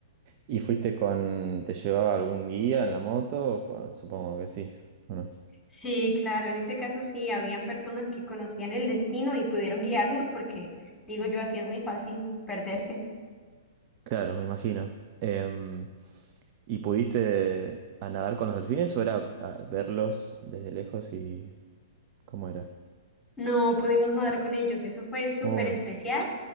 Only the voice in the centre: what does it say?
Sí, claro, en ese caso sí, habían personas que conocían el destino y pudieron guiarnos porque, digo yo, así es muy fácil perderse.
No pudimos nadar con ellos, eso fue súper
especial